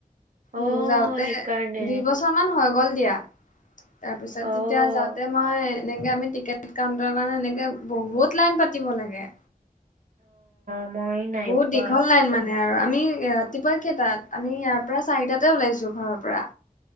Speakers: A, on the right; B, on the left.
A: অ'
B: মোৰ যাওঁতে
A: সেইকাৰণে
B: দুই বছৰ মান হৈ গ'ল দিয়া, তাৰ পিছত
A: অ'
B: তেতিয়া যাওঁতে মই এনেকে আমি টিকেট কাউণ্টাৰ কাৰণে এনেকে বহুত লাইন পাতিব লাগে।
A: অ'। মই নাই
B: বহুত
A: পোৱা
B: দীঘল লাইন মান নে আৰু আমি ৰাতিপুৱা কেইটাত আমি ইয়াৰ পৰা চাৰিটাতে ওলাইছোঁ ঘৰৰ পৰা।